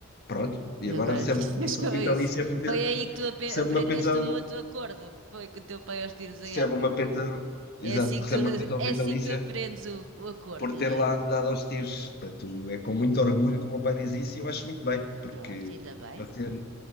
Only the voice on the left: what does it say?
Pronto, e
agora
recebe
uma pensão
vitalícia
por ter.
Recebe
uma pensão
recebe
uma pena,
exato,
recebe
uma pensão
vitalícia
por ter
lá andado aos tiros. Portanto, é com muito orgulho que o meu pai diz isso e eu acho muito bem, porque
para ser.